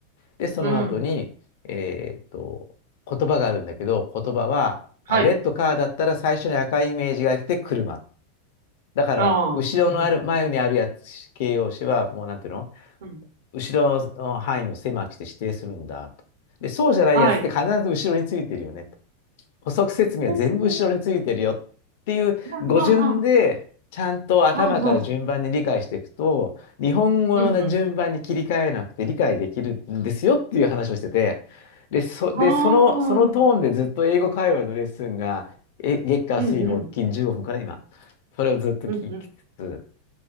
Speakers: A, on the left (about 60°); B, on the right (about 80°).
A: で、その後に、
B: うん。
A: えーっと、言葉があるんだけど、言葉は、
B: はい。
A: あ、レッドカーだったら最初に赤いイメージが来て車。だから、
B: ああ、
A: 後ろのある、
B: うん、うん、
A: 前にあるやつ、形容詞は、もうなんていうの
B: うん。
A: 後ろの範囲を狭くして指定するんだと。で、そうじゃないやつって必ず後ろについてるよねと。
B: はい。
A: 補足説明は全部後ろについてるよっていう語順で、
B: おお、はんはんはん、
A: ちゃんと頭から順番に理解していくと、
B: はんはん。
A: 日本語の順番に切り替えなくて理解できるんですよっていう話をしてて、
B: うん、うん。
A: で、そ、で、
B: ああ、
A: その、そのトーンでずっと英語会話のレッスンが、
B: うん、
A: え、月火水木金15分から今、
B: うん、
A: それをずっと聞きつつ、
B: うん、うん。